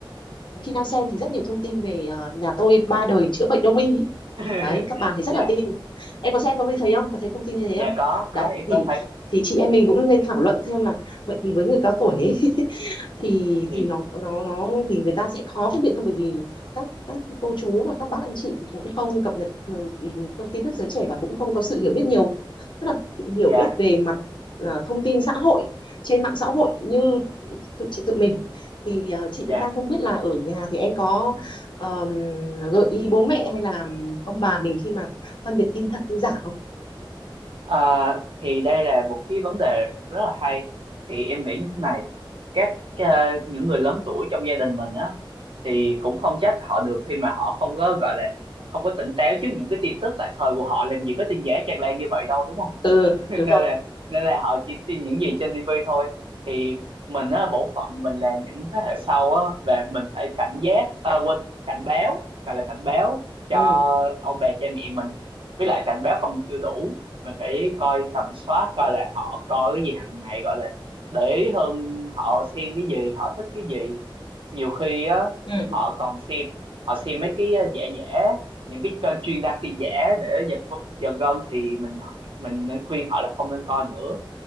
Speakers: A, on the left (about 60°); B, on the right (about 75°).
A: khi đang xem thì rất nhiều thông tin về ờ, nhà tôi ba đời chữa bệnh đông y ý
B: <laughs>
A: đấy các bà thì rất
B: dạ
A: là tin em có xem có thấy không có thấy thông tin như thế
B: dạ
A: không
B: có
A: đấy
B: có em
A: thì
B: có thấy
A: thì chị em mình cũng nên thảo luận thêm là vậy thì với người cao tuổi ấy, <laughs> thì
B: thì
A: thì nó nó nó thì người ta sẽ khó phân biệt hơn bởi vì các các cô chú và các bác anh chị thì cũng không cập nhật thường thông tin tức giới trẻ và cũng không có sự hiểu biết nhiều tức là hiểu
B: dạ
A: biết về mặt à, thông tin xã hội trên mạng xã hội như tự chị tự mình thì ờ, chị
B: dạ
A: cũng đang không biết là ở nhà thì em có ờm, gợi ý bố mẹ hay là ông bà mình khi mà phân biệt tin thật tin giả không
B: Ờ, thì đây là một cái vấn đề rất là hay thì em nghĩ như thế này các ờ, những người lớn tuổi trong gia đình mình á thì cũng không trách họ được khi mà họ không có gọi là không có tỉnh táo trước những cái tin tức tại thời của họ làm gì có tin giả tràn lan như vậy đâu đúng không
A: ừ
B: <laughs> nên
A: đúng
B: là
A: rồi
B: nên là họ chỉ tin những gì trên tivi thôi thì mình á bổn phận mình là những thế hệ sau á và mình phải cảnh giác à, quên cảnh báo gọi là cảnh báo cho
A: ừ
B: ông bà cha mẹ mình với lại cảnh báo không chưa đủ mình phải coi tầm soát coi là họ coi cái gì hàng ngày gọi là để ý hơn họ xem cái gì họ thích cái gì nhiều khi á
A: ừ
B: họ còn xem họ xem mấy cái ờ, giả giả những cái kênh chuyên đăng tin giả để giật giật gân thì mình mình nên khuyên họ là không nên coi nữa